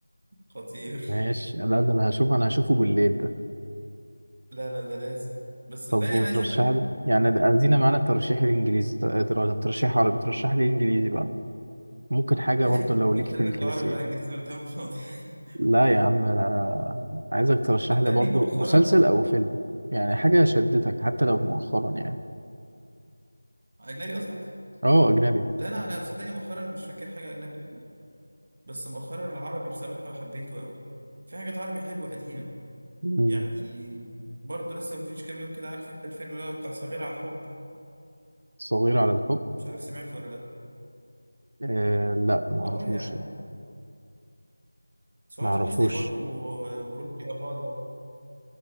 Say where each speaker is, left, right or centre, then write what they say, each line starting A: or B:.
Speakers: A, on the right (about 30°); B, on the right (about 70°).
A: خطير
B: ماشي لا ده أنا هشوفه أنا هشوفه بالليل ده
A: <laughs> لا لا ده لازم بس صدقني
B: طب وترشح
A: انا عايز اقول لك
B: لي يعني أدينا معانا الترشيح الإنجليزي ترشيح عربي ترشح لي إنجليزي بقى ممكن حاجة
A: لا
B: برضه
A: لا انجليزي
B: لو
A: مين
B: ليك
A: خلينا
B: في الكلاسيك
A: في العربي بقى الانجليزي ولا كلام فاضي <laughs>
B: لا يا عم أنا عايزك ترشح
A: صدقني
B: لي برضو
A: مؤخرا
B: مسلسل أو فيلم يعني حاجة شدتك حتى لو مؤخرا يعني
A: اجنبي قصدك
B: اه أجنبي
A: لا انا انا صدقني مؤخرا مش فاكر حاجه اجنبي بس مؤخرا العربي بصراحة حبيته قوي في حاجات عربي حلوة قديمة
B: مم.
A: يعني برضه لسه مفيش كام يوم كده عارف انت الفيلم اللي هو بتاع صغير على الحب
B: صغير على الحب
A: مش عارف سمعته ولا لا
B: آه لا معرفوش
A: اه يا عم
B: ده
A: سعاد
B: معرفوش
A: حسني برضه و- ورشدي أباظة